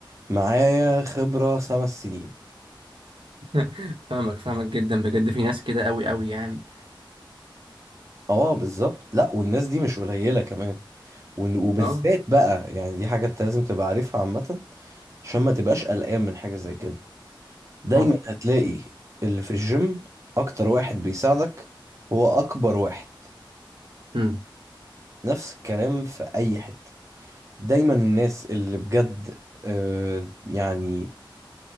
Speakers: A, on the right; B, on the right.
A: معايا خبرة خمس سنين
B: <laughs> فاهمك فاهمك جدا بجد في ناس كده قوي قوي يعني
A: اه بالظبط لا والناس دي مش قليلة كمان وإن- وبالذات
B: اه
A: بقى يعني دي حاجة انت لازم تبقى عارفها عامة عشان ما تبقاش قلقان من حاجة زي كده دايما
B: اه
A: هتلاقي اللي في الجيم اكتر واحد بيساعدك هو اكبر واحد
B: امم
A: نفس الكلام في أي حتة دايما الناس اللي بجد آه، يعني